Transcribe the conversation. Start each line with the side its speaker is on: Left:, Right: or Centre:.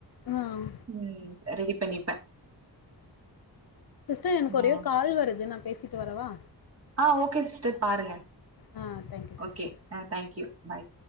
Left: ஆ
Right: ம் ரெடி பண்ணிப்ப
Left: சிஸ்டர் எனக்கு ஒரே
Right: ஆ
Left: ஒரு கால் வருது நா பேசிட்டு வரவா
Right: ஆ ஓகே சிஸ்டர் பாருங்க
Left: ஆ thank you
Right: okay
Left: sister
Right: thank you bye